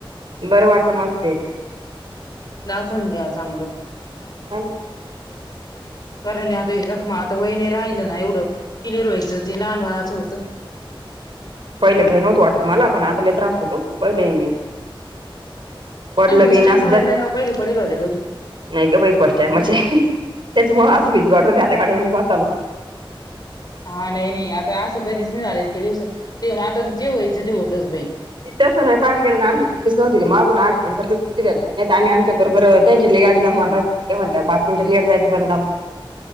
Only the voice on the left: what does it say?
दाखवून घ्या चांगल.
कारण ये आता जखमा आता वय नाही राहिलं ना एवढं क्लिअर व्हायचं ते लहान वयात होतं.
तुम्ही फर्स्ट
टाइम पडल्या
का पहिले पडेल कधी-
हा नाही नाही आता असं कधीच नाही झाले इतक्या दिवसात ते आता जे व्हायचं ते होतच बाई.